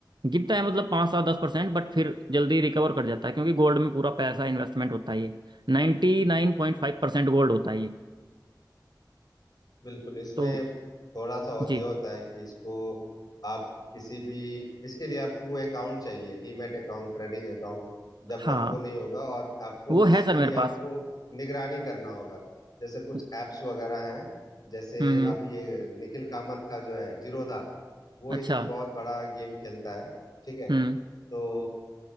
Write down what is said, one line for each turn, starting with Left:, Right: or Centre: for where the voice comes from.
Right: गिरता है मतलब पाँच सात दस परसेंट बट फिर जल्दी रिकवर कर जाता है क्योंकि गोल्ड में पूरा पैसा इन्वेस्टमेंट होता ही है नाइन्टी नाइन पॉइंट फाइव परसेंट गोल्ड होता ही है
Left: बिल्कुल इसमें
Right: तो
Left: थोड़ा सा और
Right: जी
Left: ये होता है कि इसको आप किसी भी इसके लिए आपको वो अकाउंट चाहिए डीमैट अकाउंट ट्रेडिंग अकाउंट जब
Right: हाँ
Left: तक वो नहीं होगा और आपको
Right: वो
Left: इसके
Right: है सर मेरे
Left: लिए
Right: पास
Left: आपको निगरानी करना होगा जैसे कुछ
Right: हम्म
Left: एप्स वगैरह हैं जैसे
Right: हम्म,
Left: अभी ये निखिल कामत का जो है जीरोधा वो
Right: अच्छा
Left: इसमें बहुत बड़ा गेम खेलता है ठीक है
Right: हम्म
Left: तो